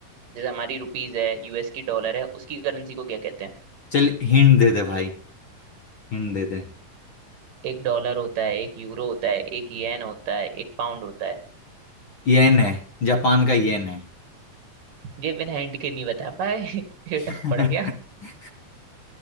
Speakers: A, on the right (about 80°); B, on the left (about 50°).
A: जैसे हमारी रुपीज है यूएस की डॉलर है उसकी करेंसी को क्या कहते हैं
B: चल हिंट दे दे भाई हिंट दे दे
A: एक डॉलर होता है एक यूरो होता है एक येन होता है एक पाउंड होता है
B: येन है जापान का येन है
A: ये बिना हिंट के नहीं बता पाए <laughs> ये
B: <laughs>
A: टफ पड़ गया